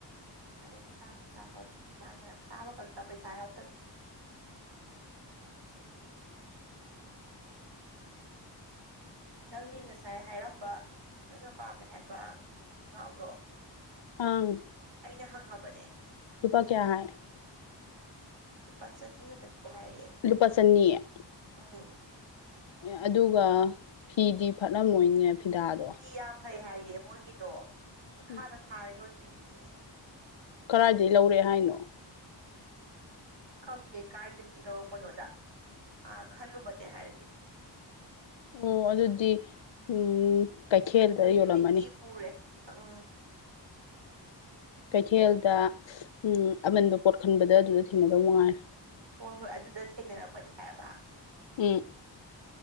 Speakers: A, on the right; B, on the left.
A: ꯑꯗꯩ ꯆꯥꯁꯨ ꯆꯥꯕ ꯑꯗꯨ ꯃꯥꯅ ꯆꯥꯕ ꯈꯛꯇ ꯄꯩꯁꯥ ꯌꯥꯎꯗꯕꯤ꯫ ꯅꯪꯒꯤ ꯉꯁꯥꯏ ꯍꯥꯏꯔꯝꯕ ꯅꯪꯅ ꯄꯥꯝꯃꯦ ꯍꯥꯏꯕ ꯀꯥꯎꯗꯣ꯫
B: ꯑꯪ꯫
A: ꯑꯩꯅ ꯍꯪꯉꯕꯅꯦ꯫
B: ꯂꯨꯄꯥ ꯀꯌꯥ ꯍꯥꯏ꯫
A: ꯂꯨꯄꯥ ꯆꯅꯤꯈꯛꯇ ꯄꯤ ꯍꯥꯏꯌꯦ꯫
B: ꯂꯨꯄꯥꯆꯅꯤ꯫
A: ꯎꯝ꯫
B: ꯑꯦ ꯑꯗꯨꯒ ꯐꯤꯗꯤ ꯐꯠꯂꯝꯃꯣꯏꯅꯦ ꯐꯤꯗꯥꯗꯣ꯫
A: ꯐꯤ ꯌꯥꯝ ꯐꯩ ꯍꯥꯏꯌꯦ ꯃꯣꯏꯒꯤꯗꯣ ꯃꯈꯥꯗ
B: ꯎꯝ
A: ꯊꯥꯔ ꯌꯣꯟꯕꯤꯗꯨꯅꯦ꯫
B: ꯀꯔꯥꯏꯗꯩ ꯂꯧꯔꯦ ꯍꯥꯏꯅꯣ꯫
A: ꯈꯪꯗꯦ ꯀꯥꯏꯗꯒꯤ ꯂꯧꯔꯛꯄꯅꯣꯗ ꯑ ꯈꯜꯂꯨꯕꯅꯦ ꯍꯥꯏꯔꯛꯑꯦ꯫
B: ꯑꯣ ꯑꯗꯨꯗꯤ ꯎꯝ꯫ ꯀꯩꯊꯦꯜꯗ
A: ꯅꯨꯃꯤꯠ
B: ꯌꯣꯜꯂꯝꯃꯅꯤ
A: ꯅꯨꯃꯤꯠꯀꯤ ꯄꯨꯔꯦ ꯑꯣ꯫
B: ꯀꯩꯊꯦꯜꯗ ꯎꯝ ꯑꯃꯟꯕ ꯄꯣꯠ ꯈꯟꯕꯗ ꯑꯗꯨꯗ ꯊꯦꯡꯅꯗꯧ ꯃꯉꯥꯏꯔꯦ꯫
A: ꯍꯣꯏ ꯍꯣꯏ ꯑꯗꯨꯗ ꯊꯦꯡꯅꯔꯛꯄꯅꯦ ꯍꯥꯏꯕ꯫
B: ꯎꯝ꯫